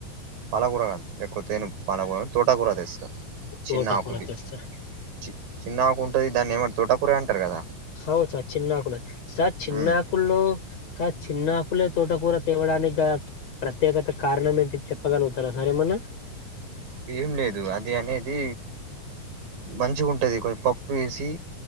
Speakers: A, on the right; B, on the left.
A: పాలకూర కాదు ఎక్కువ తేను పాలకూర తోటాకూర తెస్తా
B: తోటకూర
A: చిన్న ఆకుది
B: తెస్తారా
A: చి చిన్నకుంటుంది దాన్ని ఏమ తోటకూరే అంటారు కదా
B: అవును సార్ చిన్నకున్నా సార్ చిన్న
A: ఉమ్
B: ఆక్ కుల్లో సార్ చిన్నకులే తోటకూర తేవడానికి గలా ప్రత్యేకత కారణం ఏంటి చెప్పగలుగుతారా సార్ ఏమన్నా
A: ఏం లేదు అది అనేది మంచిగుంటది కొంచం పప్ ప్పు ఎసి